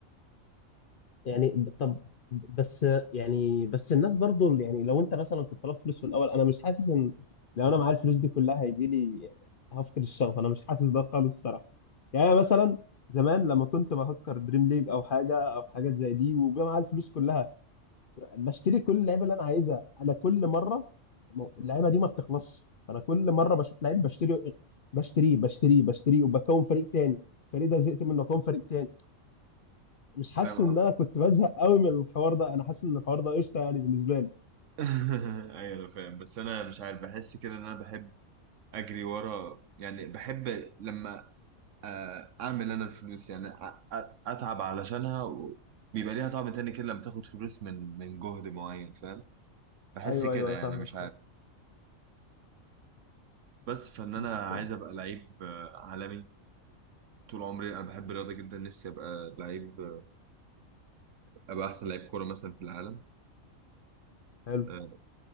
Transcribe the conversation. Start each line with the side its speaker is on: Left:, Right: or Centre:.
Left: يعني طب بس يعني بس الناس برضو اللي- يعني لو انت مثلا كنت طلبت فلوس في الاول انا مش حاسس ان لو انا معايا الفلوس دي كلها هيجي لي هفقد الشغف انا مش حاسس ده خالص الصراحة يعني أنا مثلا زمان لما كنت بهكر دريم ليج او حاجة او حاجات زي دي وبيبقى معايا الفلوس كلها بشتري كل اللعيبه اللي انا عايزها انا كل مره م- اللعيبه دي ما بتخلصش انا كل مره بشوف لعيب بشتري بشتريه بشتريه بشتريه وبكون فريق تاني الفريق ده زهقت منه اكون فريق تاني مش حاسس
Right: فاهم
Left: ان
Right: قصدي
Left: انا كنت بزهق قوي من الحوار ده انا حاسس ان الحوار ده قشطه يعني بالنسبه لي
Right: <laughs> ايوه انا فاهم بس انا مش عارف بحس كده ان انا بحب اجري ورا يعني بحب لما آه، اعمل انا الفلوس يعني أ- أ- اتعب علشانها و... بيبقى ليها طعم تاني كده لما تاخد فلوس من من جهد معين فاهم بحس
Left: ايوه
Right: كده
Left: ايوه أيوة،
Right: يعني
Left: فاهمك
Right: مش عارف
Left: فاهمك
Right: بس فان انا
Left: بس
Right: عايز ابقى لعيب آه، عالمي طول عمري انا بحب الرياضه جدا نفسي ابقى لعيب آه، ابقى احسن لعيب كوره مثلا في العالم
Left: حلو
Right: آه،